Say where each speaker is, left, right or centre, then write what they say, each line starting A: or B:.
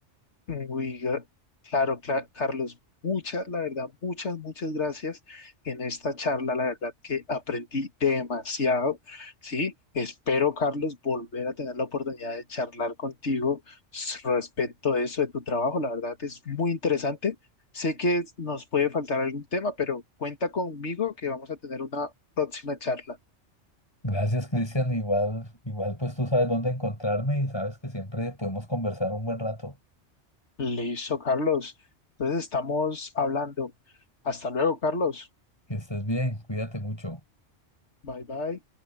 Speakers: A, on the left; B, on the left.
A: Uy, gra- claro, cla- Carlos, muchas, la verdad, muchas, muchas gracias en esta charla. La verdad que aprendí demasiado, ¿sí? Espero, Carlos, volver a tener la oportunidad de charlar contigo s- respecto de eso, de tu trabajo. La verdad es muy interesante. Sé que es- nos puede faltar algún tema, pero cuenta conmigo que vamos a tener una próxima charla.
B: Gracias, Cristian. Igual, igual, pues tú sabes dónde encontrarme y sabes que siempre podemos conversar un buen rato.
A: Listo, Carlos. Entonces estamos hablando. Hasta luego, Carlos.
B: Que estés bien, cuídate mucho.
A: Bye, bye.